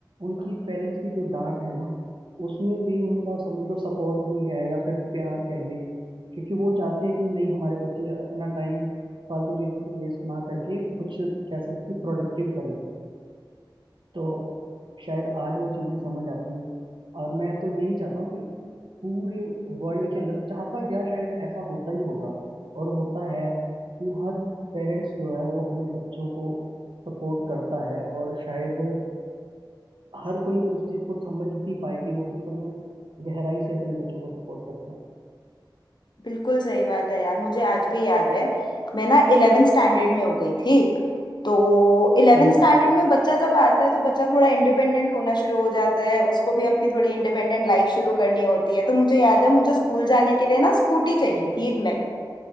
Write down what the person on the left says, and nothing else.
बिल्कुल सही बात है यार मुझे आज भी याद है मैं ना इलेवेंथ स्टैंडर्ड में हो गई थी तो इलेवेंथ
स्टैंडर्ड में बच्चा जब आता है तो बच्चा थोड़ा इंडिपेंडेंट होना शुरू हो जाता है उसको भी अपनी थोड़ी इंडिपेंडेंट लाइफ शुरू करनी होती है तो मुझे याद है मुझे स्कूल जाने के लिए ना स्कूटी चाहिए थी एक नई